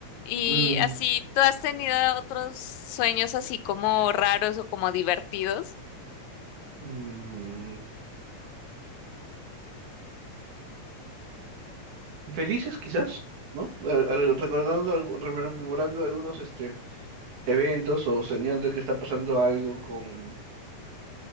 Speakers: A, on the left (about 80°); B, on the right (about 80°).
A: Y
B: Mm,
A: así, ¿tú has tenido otros sueños así como raros o como divertidos?
B: mm. Felices quizás, ¿no? Al- al- Recordando, algu- rememorando algunos este, eventos o soñando que está pasando algo con,